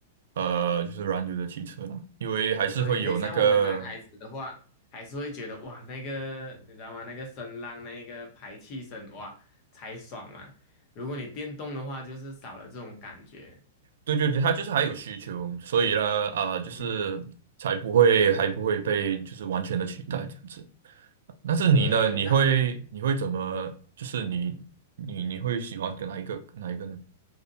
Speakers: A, on the right; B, on the left.
A: 呃，就是燃油的汽车啦，因为还是会有那个，
B: 对，因为像我们男孩子的话，还是会觉得哇，那个你知道吗？那个声浪，那个排气声，哇，才爽嘛。如果你电动的话，就是少了这种感觉。
A: 对对对，它就是还有需求，所以呢，呃，就是才不会还不会被就是完全的取代这样子。
B: 嗯，
A: 但是你呢？
B: 对对对，
A: 你会你会怎么？
B: 那。
A: 就是你你你会喜欢跟哪一个哪一个呢？